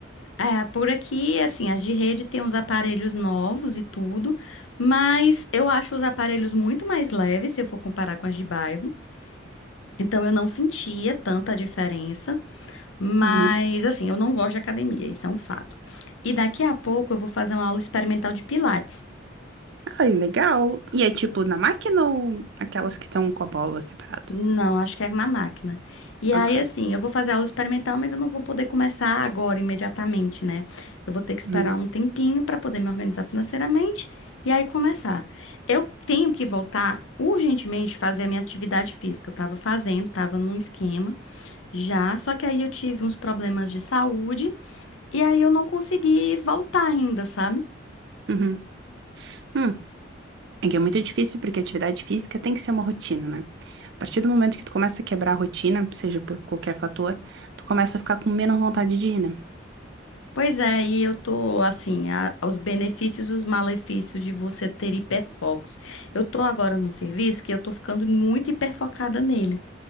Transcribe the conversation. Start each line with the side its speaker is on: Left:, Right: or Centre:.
Left: É, por aqui, assim, as de rede tem uns aparelhos novos e tudo, mas eu acho os aparelhos muito mais leves se eu for comparar com as de bairro. Então eu não sentia tanta diferença, mas
Right: Uhum.
Left: assim, eu não gosto de academia, isso é um fato. E daqui a pouco eu vou fazer uma aula experimental de pilates.
Right: Ai, legal. E é tipo na máquina ou aquelas que estão com a bola separado?
Left: Não, acho que é na máquina. E
Right: Ok.
Left: aí, assim, eu vou fazer aula experimental, mas eu não vou poder começar agora, imediatamente, né? Eu vou ter que esperar
Right: Uhum.
Left: um tempinho para poder me organizar financeiramente e aí começar. Eu tenho que voltar urgentemente fazer a minha atividade física. Eu estava fazendo, estava num esquema já, só que aí eu tive uns problemas de saúde e aí eu não consegui voltar ainda, sabe?
Right: Uhum. Hum. É que é muito difícil porque atividade física tem que ser uma rotina, né? A partir do momento que tu começa a quebrar a rotina, seja por qualquer fator, tu começa a ficar com menos vontade de ir, né?
Left: Pois é, e eu tô assim, a- os benefícios e os malefícios de você ter hiperfocos. Eu tô agora num serviço que eu tô ficando muito hiperfocada nele.